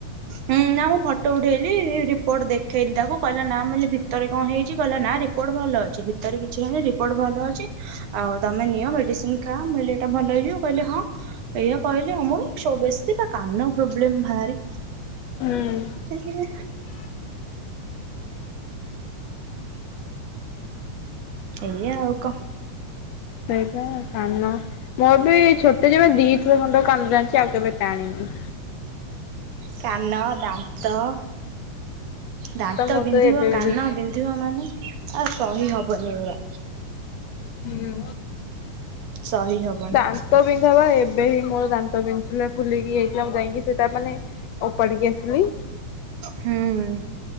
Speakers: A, on the right; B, on the left.
A: ହୁଁ ନା ମୁଁ ଫଟୋ ଉଠେଇଲି ରିପୋର୍ଟ ଦେଖେଇଲି ତାକୁ କହିଲା ନା ମୁ କହିଲି ଭିତରେ କଣ ହେଇଛି କହିଲା ନା। ନା ରିପୋର୍ଟ ଭଲ ଅଛି ଭିତରେ କିଛି ହେଇନି ରିପୋର୍ଟ ଭଲ ଅଛି ଆଉ ତମେ ନିଅ ମେଡିସିନ ଖାଆ। ଇଟା ଭଲ ହେଇଯିବ କହିଲେ ହଁ ଏଇଆ କହିଲେ ମୋର ବା ଛୋ ବେଶୀ ବା କାନ ପ୍ରୋବଲେମ୍ ଭାରେ।
B: ହୁଁ।
A: ଆରେ ଏଇଆ ଆଉ କଁ।
B: ସେଇବା କାନ ମୋର ବି ଛୋଟ ଯେବେ ଦି ଥର ଖଣ୍ଡେ। କମି ଜାଣିଚି ଆଉ କେବେ ଟାଣିନି।
A: କାନ ଦାନ୍ତ। ଦାନ୍ତ
B: ମୋର
A: ବିନ୍ଧିବ
B: ତ ଏବେ
A: କାନ
B: ହୁଁ।
A: ବିନ୍ଧିବ ମାନେ ଆଉ ସହି ହବନି ଏଗୁରା।
B: ହୁଁ
A: ସହି ହବନି
B: ଦାନ୍ତ ବିନ୍ଧାବା ଏବେ ହିଁ। ମୋର ଦାନ୍ତ ବିିନ୍ଧୁଥିଲା ଫୁଲିକି ଇଏ ହେଇଥିଲା ମୁଁ ଯାଇକି ସେଇଟା ମାନେ ଓପାଡିକି ଆସିଲି।
A: ହୁଁ।